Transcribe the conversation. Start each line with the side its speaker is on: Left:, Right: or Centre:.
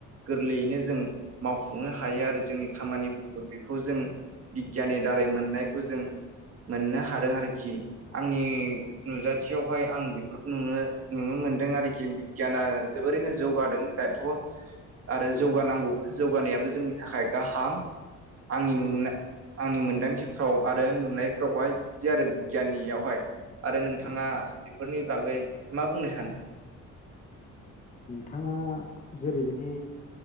Right: गोरलैयैनो जों मावफुंनो हायो आरो जोंनि खामानिफोरखौ बेखौ जों बिगियाननि दारै मोननायखौ जों मोननो हादों आरोखि आंनि
Left: औ
Right: नुजाथियावहाय आं बे फोरखौ नुनो नुनो मोनदों आरोखि बिगियाना जोबोरैनो जौगादों दाथ' आरो
Left: औ
Right: जौगानांगौ जौगानायाबो जोंनि थाखाय गाहाम आंनि
Left: औ
Right: नु आंनि मोन मोनदांथिफ्राव आरो नुनायफ्रावहाय बिदि आरो बिगियाननियावहाय आरो नोंथाङा
Left: औ
Right: बेफोरनि बागै मा बुंनो सानो?
Left: नोंथाङा जेरैबायदि